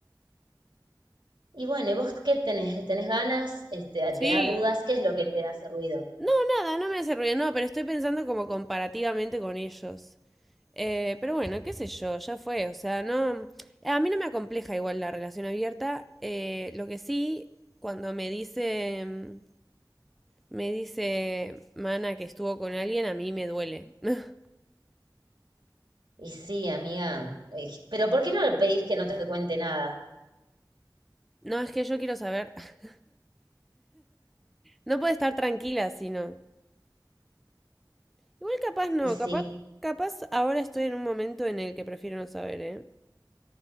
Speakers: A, on the right (about 80°); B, in the centre.
A: Y bueno, ¿y vos qué tenés? ¿Tenés ganas? Este,
B: Sí,
A: ¿te da dudas? ¿Qué es lo que te hace ruido?
B: No, nada, no me hace ruido, no, pero estoy pensando como comparativamente con ellos. Eh, pero bueno, qué sé yo, ya fue. O sea, no. A mí no me acompleja igual la relación abierta. eh, lo que sí, cuando me dice, mm, me dice Mana que estuvo con alguien, a mí me duele. <laughs>
A: Y sí, amiga. eh, pero ¿por qué no le pedís que no te cuente nada?
B: No, es que yo quiero saber. <laughs> No puede estar tranquila, sino. Igual capaz no,
A: Y sí.
B: capaz, capaz ahora estoy en un momento en el que prefiero no saber, ¿eh?